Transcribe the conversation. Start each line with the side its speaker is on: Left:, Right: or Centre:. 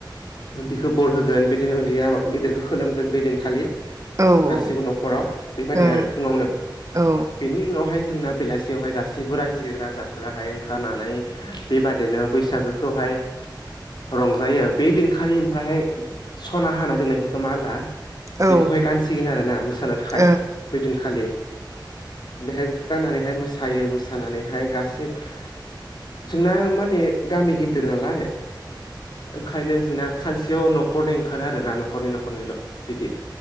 Left: उन्दैखौ बर होगोन बिदिनो उन्दैया गिदिरखौ खोलोमगोन बेदिनखालि
Right: औ ओं
Left: गासिबो न'खराव बेबादि
Right: औ
Left: आरो फुंङावनो
Right: औ ओं
Left: बेनि उनावहाय जोंना बेलासियावहाय गासिबो रायजो राजा फोराहाय ओंखारनानै बेबादिनो बैसागोखौहाय रंजायो बे दिन खालि ओमफ्रायहाय सना हाना दोननायफोरखौ माला बेखौहाय
Right: ओं औ
Left: गानसिगोन आरोना मोसानो थाखाय
Right: औ
Left: बैदिनखालि बेहाय बेखौ गाननानैहाय मोसायो मोसानानैहाय गासै जोंना माने गामि गिदिर नालाय ओंखायनो जोंना सानसेयाव न'खरनै ओंखारो आरो ना न'खरनै न'खरनैल' बिदि